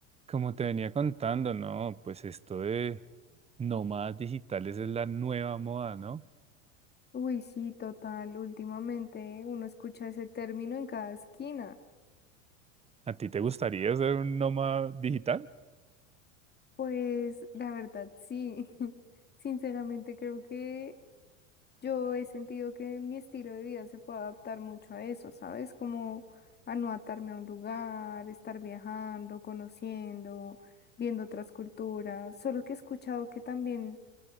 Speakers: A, on the right; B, on the left.
A: Como te venía contando, ¿no? Pues esto de nómadas digitales es la nueva moda, ¿no?
B: Uy, sí, total. Últimamente uno escucha ese término en cada esquina.
A: ¿A ti te gustaría ser un nómada digital?
B: Pues la verdad, sí. <laughs> Sinceramente creo que yo he sentido que mi estilo de vida se puede adaptar mucho a eso, ¿sabes? Como a no atarme a un lugar, estar viajando, conociendo, viendo otras culturas. Solo que he escuchado que también